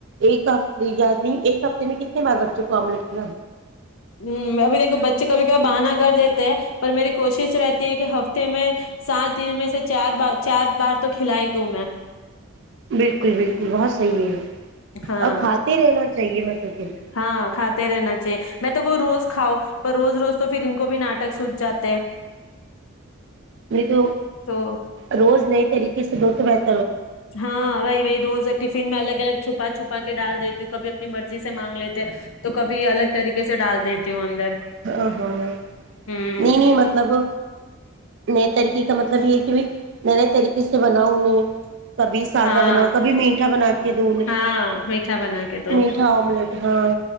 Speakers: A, on the right; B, on the left.
A: ایک ہفتے یاد نہیں ایک ہفتے میں کتنی بار بچے کو املیٹ
B: ہ ابھی دیکھو بچے کبھی کبھی بہانہ کر دیتے ہیں پر میری کوشش رہتی ہے کہ ہفتے میں سات دن میں سے چار بار چار بار تو کھلا ہی دوں میں
A: ہے بالکل بالکل بہت صحیح ہے یہ
B: ہاں
A: اور کھاتے رہنا چاہیے میں تو کہتی
B: ہاں کھاتے رہنا چاہیے میں تو کو روز کاؤ پر روز روز تو پھر ان کو بھی ناٹک سوت جاتے
A: نہیں تو
B: تو
A: روز نہیں طریقے سے د بیہتے
B: ہاںائی وہ روز ٹفن میں الگ الگ چھپا چھپا کے ڈال دیتی ہوں کبھی اپنی مرضی سے مانگ لیتے ہیں تو کبھی الگ طریقے سے ڈال دیتی ہوں اندر
A: ہاں ہاں ہاں
B: ہوں
A: نہیں نہیں مطلب ن طریقے مطلب یہ ہے کہ بھی میں طریقے سے بناؤہیں کبھی سادہ
B: ہاں
A: بناؤ کبھی میٹھا بنا کے دو
B: ہاں میٹھا بنا کے دو
A: میٹھا آملیٹ ہاں